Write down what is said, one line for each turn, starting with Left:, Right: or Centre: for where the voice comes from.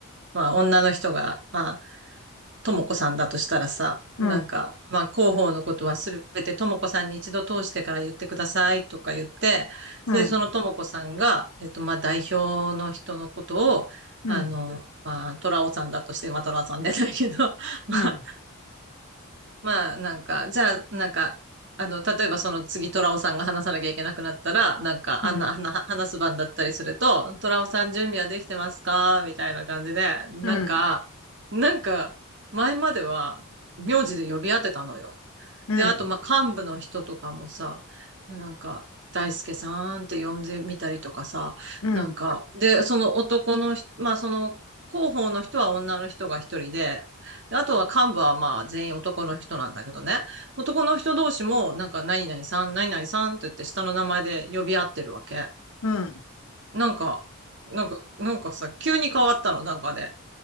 Right: まあ、女の人が、まあ、ともこさんだとしたらさ、
Left: うん、
Right: なんか、まあ、広報のことはすべてともこさんに一度通してから言ってくださいとか言って、それでそのともこさんが、
Left: うん、
Right: えっと、まあ、代表の人のことを、
Left: うん、
Right: あの、
Left: うん、
Right: まあ、トラオさんだとして、まあ、トラオさんじゃないけど、<laughs> まあ、
Left: うん、
Right: まあ、なんか、じゃあ、なんか、あの、例えばその次、トラオさんが話さなきゃいけなくなったら、なんか、
Left: うん、
Right: あんな、はな話す番だったりすると、トラオさん準備はできてますかみたいな感じで、なんか、
Left: うん、
Right: なんか、前までは、名字で呼び合ってたのよ。
Left: うん、
Right: で、あと、まあ、幹部の人とかもさ、なんか、大輔さんって呼んでみたりとかさ、
Left: うん、
Right: なんか、で、その男の人、まあ、その、広報の人は女の人が一人で、であとは幹部はまあ全員男の人なんだけどね。男の人同士もなんか何々さん、何々さんって言って下の名前で呼び合ってるわけ。
Left: うん。
Right: なんか、なんか、なんかさ、急に変わったの、なんかで。